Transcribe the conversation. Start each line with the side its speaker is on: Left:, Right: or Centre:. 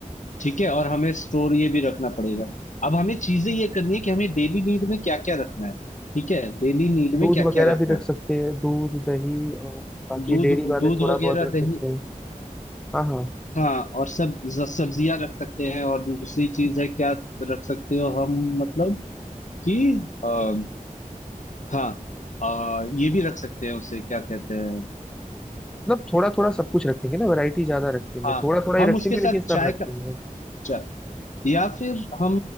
Left: ठीक है और हमें स्टोर ये भी रखना पड़ेगा अब हमें चीजें ये करनी है कि हमें डेली नीड में क्या क्या रखना है ठीक है डेली नीड
Centre: दूध
Left: में क्या
Centre: वगैरह
Left: क्या रखना
Centre: भी रख
Left: है
Centre: सकते हैं दूध दही और बाकी
Left: दूध
Centre: डेयरी वाले
Left: दूध
Centre: थोड़ा
Left: वगैरह
Centre: बहुत रख सकते
Left: दही
Centre: हैं हाँ हाँ
Left: हाँ और सब ज- सब्जियां रख सकते हैं और दूसरी चीज है क्या रख सकते हो हम मतलब कि आ, हाँ अ, ये भी रख सकते हैं उसे क्या कहते हैं
Centre: मतलब थोड़ा थोड़ा सब कुछ रखेंगे ना वैरायटी ज्यादा रखेंगे
Left: हाँ
Centre: थोड़ा थोड़ा
Left: हम
Centre: ही रखेंगे
Left: उसके साथ
Centre: लेकिन
Left: चाय
Centre: सब रखेंगे
Left: का चल या फिर हम